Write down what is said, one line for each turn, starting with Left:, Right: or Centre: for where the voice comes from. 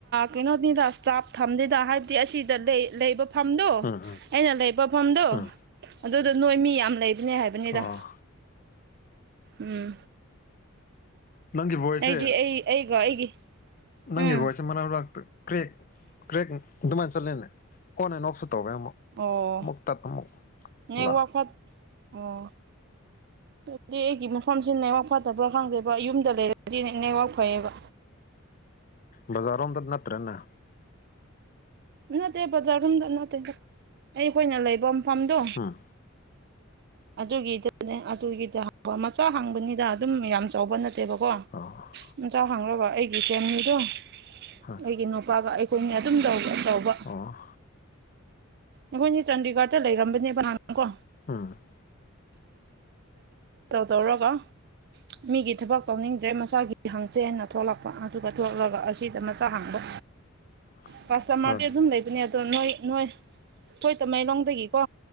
Right: ꯀꯩꯅꯣꯅꯤꯗ ꯏꯁꯇꯥꯐ ꯊꯝꯅꯤꯗ ꯍꯥꯏꯕꯗꯤ ꯑꯁꯤꯗ ꯂꯩꯕ ꯐꯝꯗꯣ
Left: ꯎꯝ ꯎꯝ
Right: ꯑꯩꯅ ꯂꯩꯕ ꯐꯝꯗꯣ
Left: ꯎꯝ
Right: ꯑꯗꯨꯗꯣ ꯅꯣꯏ ꯃꯤ ꯌꯥꯝ ꯂꯩꯕꯅꯦ ꯍꯥꯏꯕ ꯕꯗ
Left: ꯑꯣ
Right: ꯎꯝ
Left: ꯅꯪꯒꯤ ꯚꯣꯏꯁꯁꯦ
Right: ꯑꯩꯗꯤ ꯑꯩ ꯑꯩꯒ ꯑꯩꯒꯤ
Left: ꯅꯪꯒꯤ
Right: ꯎꯝ
Left: ꯕꯣꯏꯁꯁꯦ ꯃꯅꯥꯎ ꯂꯥꯛꯇꯦ ꯀ꯭ꯔꯦꯛ ꯀ꯭ꯔꯦꯛ ꯑꯗꯨꯃꯥꯏꯅ ꯆꯠꯂꯦꯅꯦ ꯀꯣꯟ ꯑꯟ ꯑꯣꯐꯁꯨ ꯇꯧꯋꯦ ꯑꯃꯨꯛ
Right: ꯑꯣ
Left: ꯃꯨꯛꯇꯛꯇ ꯇꯃꯨꯛ
Right: ꯅꯦꯠꯋꯥꯛ
Left: ꯂ
Right: ꯐꯠ ꯑꯣ ꯑꯗꯨꯗꯤ ꯑꯩꯒꯤ ꯃꯐꯝꯁꯤ ꯅꯩꯋꯥꯛ ꯐꯠꯇꯕ꯭ꯔꯥ ꯈꯪꯗꯦꯕ ꯌꯨꯝꯗ ꯂꯩꯔꯗꯤꯅꯦ ꯅꯩꯋꯥꯛ ꯐꯩꯌꯦꯕ
Left: ꯕꯖꯥꯔꯣꯝꯗ ꯅꯠꯇ꯭ꯔꯅ
Right: ꯅꯠꯇꯦ ꯕꯖꯥꯔꯒꯨꯝꯗ ꯅꯠꯇꯦ ꯑꯩ ꯑꯩꯈꯣꯏꯅ ꯂꯩꯐꯝ ꯐꯐꯝꯗꯣ
Left: ꯎꯝ
Right: ꯑꯗꯨꯒꯤ ꯑꯗꯨꯒꯤꯗ ꯃꯆꯥ ꯍꯥꯡꯕꯅꯤꯗ ꯑꯗꯨꯝ ꯌꯥꯝ ꯆꯥꯎꯕ ꯅꯠꯇꯦꯕꯀꯣ
Left: ꯑꯣ
Right: ꯆꯥꯎ ꯍꯥꯡꯒ ꯑꯩꯒꯤ ꯐꯦꯃꯤꯂꯤꯗꯣ
Left: ꯍꯣꯏ
Right: ꯑꯩꯒꯤ ꯅꯨꯄꯥꯒ ꯑꯩꯈꯣꯏꯅ ꯑꯗꯨꯝ ꯇ ꯇꯧꯕ
Left: ꯑꯣ
Right: ꯑꯩꯈꯣꯏꯅꯦ ꯆꯥꯟꯗꯤꯒꯔꯗ ꯂꯩꯔꯝꯕꯅꯦꯕꯅꯥꯅꯪ ꯀꯣ
Left: ꯎꯝ
Right: ꯗꯧꯔꯣꯒ ꯃꯤꯒꯤ ꯊꯕꯛ ꯇꯧꯅꯤꯡꯗ꯭ꯔꯦ ꯃꯆꯥꯒꯤ ꯍꯪꯁꯦꯅ ꯊꯣꯛꯂꯛꯄ ꯑꯗꯨꯒ ꯊꯣꯛꯂꯛꯂꯒ ꯑꯁꯤꯗ ꯃꯆꯥ ꯍꯥꯡꯕ
Left: <inaudible>
Right: ꯀꯁꯇꯃꯔꯗꯤ
Left: ꯍꯣꯏ
Right: ꯑꯗꯨꯝ ꯂꯩꯕꯅꯦ ꯑꯗꯣ ꯅꯣꯏ ꯅꯣꯏ ꯑꯩꯣꯏ ꯇꯃꯩꯂꯣꯡꯗꯒꯤꯀꯣ